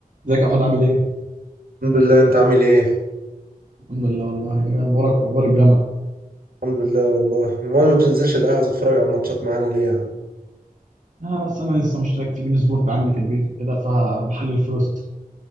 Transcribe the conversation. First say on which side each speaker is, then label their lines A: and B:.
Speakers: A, on the right; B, on the right.
A: ازيك يا احمد عامل ايه؟
B: الحمد لله انت عامل ايه
A: الحمد لله والله ايه اخبارك واخبار الجامعه؟
B: الحمد لله والله امال ما بتنزلش القهوه تتفرج على الماتشات معانا ليه يا عم
A: اه اصل انا لسه مشترك في بين سبورت عندي في البيت وكده فبحلل فلوس